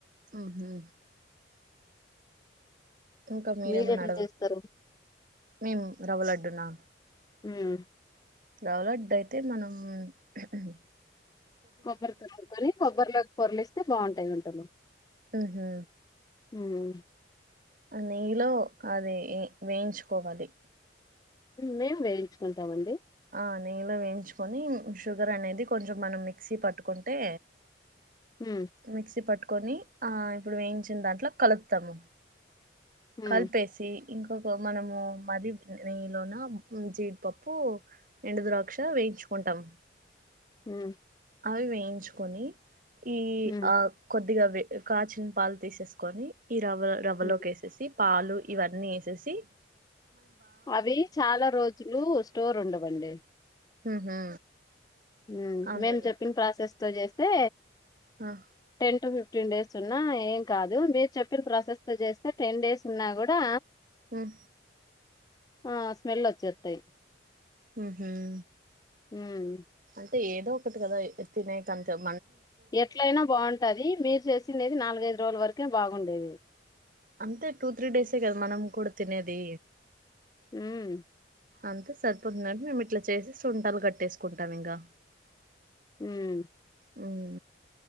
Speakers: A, on the right; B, on the left.
A: ఆహా ఇంకా మీరేమన్నా
B: మీరు ఎట్లా
A: అడగ
B: చేస్తారు
A: మేము రవ్వలడ్డునా
B: మ్
A: రవ్వలడ్డయితే మనం హుహమ్
B: కొబ్బరి తురుముకొని కొబ్బరిలో పొరలిస్తే బావుంటాయి ఉండలు.
A: ఉహు
B: ఉమ్
A: నెయ్యిలో అది వేయించుకోవాలి.
B: మేము వేయించుకుంటామండి.
A: ఆ నెయ్యలో వేయించుకొని షుగర్ అనేది కొంచెం మనం మిక్సీ పట్టుకుంటే
B: ఉమ్
A: మిక్సీ పట్టుకొని ఆ ఇప్పుడు వేయించిందాంట్లో కలుపుతాము. కల్పేసి
B: ఉమ్
A: ఇంకొక మనము మది నెయ్యిలోన జీడిపప్పు ఎండు ద్రాక్ష వేయించుకుంటాం.
B: మ్
A: అవి వేయించుకొని ఈ
B: ఉమ్
A: ఆ కొన్ కొద్దిగా వే కాచిన పాలు తీసేసుకొని ఈ రవ్వ రవ్వలోకేసేసి
B: ఉమ్
A: పాలు ఇవన్నీ ఏసేసి
B: అవి చాలా రోజులు స్టోర్ ఉండవండి
A: ఉహు
B: మ్
A: అవునండి
B: మేము చెప్పిన ప్రాసెస్ తో చేస్తే
A: అహ్
B: ట్వంటీ టు ఫిఫ్టీన్ డేస్ ఉన్నా ఏం కాదు మీరు చెప్పిన ప్రాసెస్ తో చేస్తే టెన్ డేస్ ఉన్నా కూడా
A: మ్
B: ఆ స్మెల్ ఒచ్చేత్తయ్
A: మ్ హుమ్
B: హు మ్
A: అంటే ఏదో ఒకటి కదా ఎ తినే తినే కంచం
B: ఎట్లయినా బాగుంటుది మీరు చేసినేది నాలుగైదు రోజుల వరకే బాగుండేది
A: అంతే టూ త్రీ డేసే కదా మనం కూడా తినేది
B: హు మ్
A: అంతే సరిపోతుందని మేము ఇట్లా చేసి సుంటాలు కట్టేసుకుంటాం ఇంకా
B: హు మ్
A: అవును